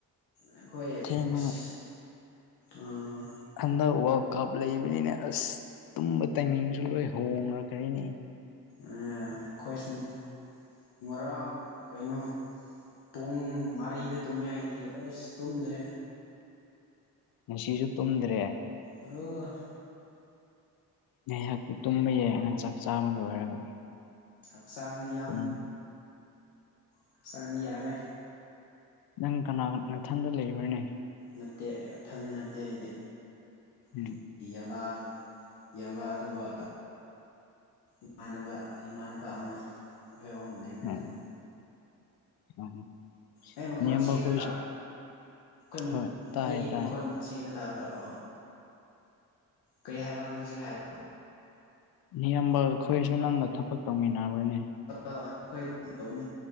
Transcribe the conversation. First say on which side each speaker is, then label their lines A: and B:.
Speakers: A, on the left (about 90°); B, on the left (about 65°).
A: ꯑꯩꯈꯣꯏ
B: ꯊꯦꯡꯕꯅ
A: ꯑꯁ ꯑꯥ
B: ꯍꯟꯗꯛ ꯋꯥꯔꯜ ꯀꯞ ꯂꯩꯕꯅꯤꯅꯦ ꯑꯁ ꯇꯨꯝꯕ ꯇꯥꯏꯃꯤꯡꯁꯨ ꯂꯣꯏ ꯍꯣꯡꯅꯛꯈꯔꯤꯅꯦ
A: ꯑꯥ ꯈꯣꯏꯁꯨꯅꯦ ꯉꯔꯥꯡ ꯀꯩꯅꯣ ꯄꯨꯡ ꯃꯔꯤꯗ ꯇꯨꯝꯃꯦ ꯑꯩꯗꯤ ꯑꯁ ꯇꯨꯝꯗ꯭ꯔꯦ
B: ꯉꯁꯤꯁꯨ ꯇꯨꯝꯗ꯭ꯔꯦ
A: ꯑꯣ
B: ꯉꯥꯏꯍꯥꯛꯇꯤ ꯇꯨꯝꯕ ꯌꯥꯏꯅ ꯆꯥꯛ ꯆꯥꯕ ꯂꯣꯏꯔꯒ
A: ꯍꯛꯆꯥꯡꯅꯤ ꯌꯥꯝ
B: ꯄꯨꯡ
A: ꯍꯛꯆꯥꯡꯅꯤ ꯌꯥꯔꯣꯏ
B: ꯅꯪ ꯀꯅꯥ ꯅꯊꯟꯗ ꯂꯩꯕꯅꯦ
A: ꯅꯠꯇꯦ ꯏꯊꯟꯗ ꯅꯠꯇꯦ ꯑꯩꯗꯤ
B: ꯎꯝ
A: ꯑꯩ ꯏꯌꯥꯝꯕ ꯏꯌꯥꯝꯕ ꯑꯗꯨꯒ ꯏꯃꯥꯟꯅꯕ ꯏꯃꯥꯟꯅꯕ ꯑꯃ ꯃꫭꯏ ꯑꯍꯨꯝ ꯂꯩ <unintelligible> ꯑꯗꯨꯝ
B: ꯑꯣ ꯑꯣ
A: ꯑꯩ ꯃꯈꯣꯟ
B: ꯅꯌꯥꯝꯕ
A: ꯁꯦꯡꯅ
B: ꯈꯣꯏꯁꯨ
A: ꯇꯥ ꯀꯩ ꯃꯈꫭꯟ
B: ꯍꯣꯏ ꯇꯥꯏꯌꯦ
A: ꯑꯩꯒꯤ
B: ꯇꯥꯏꯌꯦ
A: ꯃꯈꫭꯟ ꯁꯦꯡꯅ ꯇꯥꯕ꯭ꯔꯥ ꯑꯣ ꯀꯩ ꯍꯥꯏꯕ ꯅꯪ ꯍꯧꯖꯤꯛ ꯍꯥꯏ
B: ꯅꯤꯌꯥꯝꯕ ꯑꯩꯈꯣꯏꯁꯨ ꯅꯪꯒ ꯊꯕꯛ ꯇꯧꯃꯤꯟꯅꯕꯅꯤ
A: ꯑ ꯑꯩꯈꯣꯏ ꯑꯗꯨꯝ ꯇꯧꯅꯦ